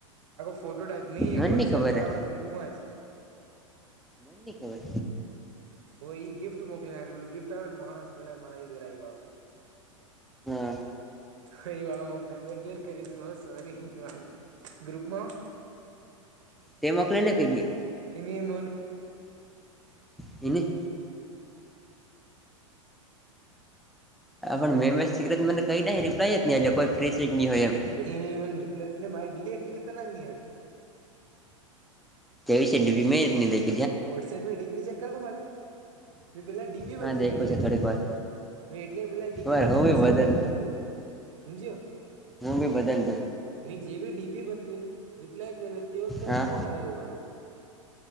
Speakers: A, on the right; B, in the centre.
A: ફોટો ટાઈપ નહી
B: મને
A: વોટ્સએપ
B: ની ખબર
A: પર
B: હે
A: આપણા ગ્રુપમાં જ.
B: મને ખબર
A: તો ઈ ગિફ્ટ મોકલી ગિફ્ટ આવે માણસે મળ દોરા એ વાળુ.
B: હા
A: હ એ વાળો મોકલી ડિલીટ કરીશું સોરી, ગ્રુપમાં?
B: તે મોકલે ને કઈ નહી?
A: ની મ <inaudible>
B: બી જી હ પણ મેમે સ મને કઈ ના રિપ્લાય જ ન કોઈ ફ્રી સિગની હોય એમ.
A: પછી મા એટલે <inaudible> ખતરનાક યાર
B: કેવી શડી મેની <inaudible>
A: વોટ્સએપ ડીપી ચેક કરતો ખાલી મે પેલા ડીપી
B: હા
A: બદલી
B: દેખું
A: એટલે
B: છે થોડીક વાર
A: મેં એટલે પેલા ડીપી
B: વાર
A: બદલે
B: હું બી
A: પછી
B: બદલ
A: રિપ્લાય કર્યો મેસેજ નો, સમજ્યો?
B: હું બી બદલ દું.
A: મેં જેવી ડીપી બદલીને રિપ્લાય કર્યો તેવો તરત
B: હા
A: કોલ આવયો મારામાં.